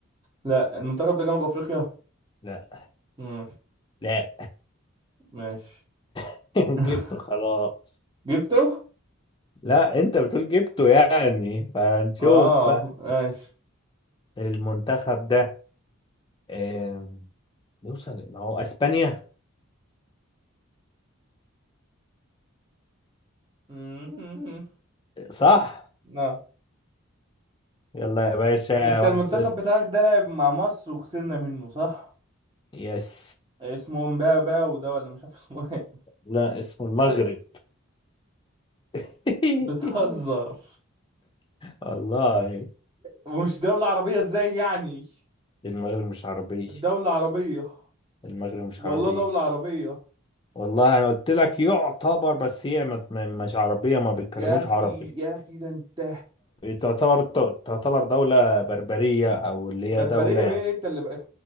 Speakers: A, on the right (about 25°); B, on the left (about 20°).
A: لا المنتخب ده جنوب افريقيا
B: لا
A: ماشي
B: لا
A: ماشي
B: <laughs>
A: <laughs>
B: جبته خلاص
A: جبته
B: لا انت بتقول جبته يعني فنشوف
A: اه
B: بقى
A: ماشي
B: المنتخب ده إيه يوصل ما هو اسبانيا
A: <laughs>
B: صح
A: لا
B: يلا يا باشا
A: انت
B: 1-0
A: المنتخب بتاعك ده لعب مع مصر وخسرنا منه صح
B: يس
A: اسمه مبابا وده ولا مش عارف اسمه ايه
B: لا اسمه المغرب <laughs>
A: <laughs> بتهزر
B: والله
A: ومش دولة عربية ازاي يعني
B: المغرب مش عربية
A: دولة عربية
B: المغرب مش
A: والله
B: عربية
A: دولة عربية
B: والله أنا قلت لك يعتبر بس هي ما- ما- مش عربية ما بيتكلموش
A: يا اخي
B: عربي
A: يا اخي ده انت
B: تعتبر تعتبر دولة بربرية أو اللي
A: بربرية
B: هي دولة يعني
A: مين انت اللي بقى